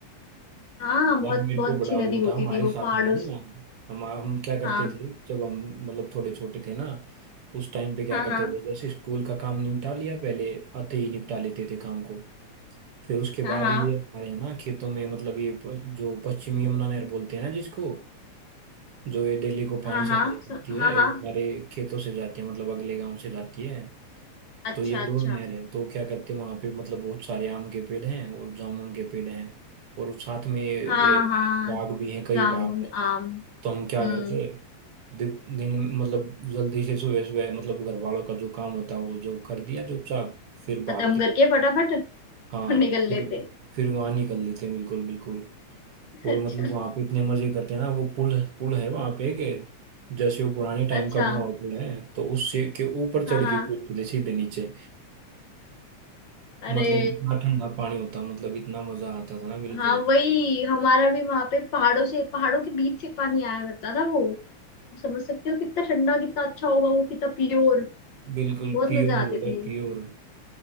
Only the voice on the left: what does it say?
हाँ बहुत
बहुत
अच्छी
नदी
होती
थी वो
पहाड़ों
से-
हाँ
हाँ
हाँ
हाँ
हाँ
हाँ
हाँ स-
हाँ हाँ
अच्छा
अच्छा
हाँ हाँ
जामुन
आम
हम्म
खत्म करके फटाफट <laughs>
निकल
लेते
अच्छा
अच्छा
हाँ
हाँ
अरे
हाँ वही हमारा भी वहां पे पहाड़ों से पहाड़ों के बीच से पानी आया करता था वो समझ सकते हो कितना ठंडा कितना अच्छा होगा वो कितना प्योर
बहुत
मजे आते
थे